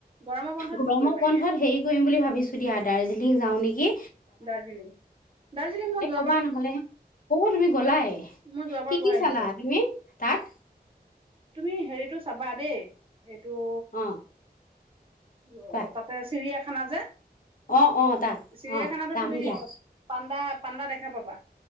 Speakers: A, on the right (about 35°); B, on the left (about 55°).
A: গৰমৰ বন্ধত
B: গৰমৰ
A: কি কৰিবা
B: বন্ধত
A: এতিয়া
B: হেৰি কৰিম বুলি ভাবিছো দিয়া দাৰ্জিলিং যাওঁ নেকি।
A: দাৰ্জিলিং দাৰ্জিলিং মই যোৱা
B: কোৱা নহ'লে অহ তুমি গলাই
A: মই যোৱাবাৰ
B: কি কি
A: গৈ
B: চালা
A: আহিলো
B: তুমি? তাত
A: তুমি হেৰিটো চাবা দেই। এইটো
B: অ
A: অহ
B: কোৱা
A: তাতে চিৰিয়া খানা যে,
B: অ অ তাত
A: চিৰিয়াখানাতো
B: অ যাম
A: তুমি
B: দিয়া
A: পাণ্ডা পাণ্ডা দেখা পাবা।